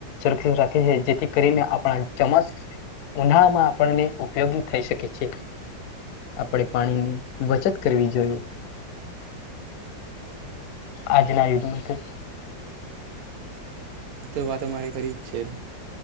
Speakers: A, on the left; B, on the right.
A: સુરક્ષિત રાખે છે જેથી કરીને આપણા ચમા ઉનાળ માં આપણને ઉપયોગી થઈ શકે છે આપણે પાણીની બચત કરવી જોઈએ આજ ના યુગ મા કે
B: તો વાત અમારે ખરી જ છે